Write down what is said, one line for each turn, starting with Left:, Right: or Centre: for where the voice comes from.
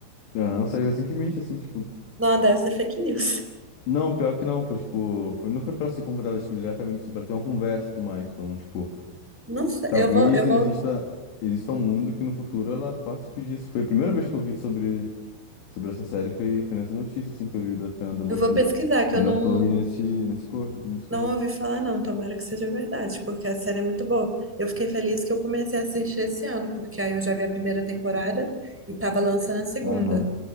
Left: Aham, saiu recentemente, assim, tipo.
Centre: Não, deve ser fake news.
Left: Não, pior que não, foi tipo, foi, não foi pra ser convidada, tipo, diretamente, assim, pra ter uma conversa e tudo mais. Então, tipo,
Centre: Não
Left: e-
Centre: sei,
Left: talvez
Centre: eu vou, eu
Left: exista,
Centre: vou,
Left: exista um mundo que no futuro ela participe disso. Foi a primeira vez que eu vi sobre, sobre essa série, foi, foi nessa notícia, assim, que eu vi da Fernanda, Mus-
Centre: eu vou pesquisar, que
Left: Fernanda
Centre: eu não,
Left: Torres nesse, nesse, cor, nesse coisa.
Centre: não ouvi falar, não. Tomara que seja verdade, porque a série é muito boa. Eu fiquei feliz que eu comecei a assistir esse ano, porque aí eu já vi a primeira temporada e tava lançando a segunda.
Left: Aham,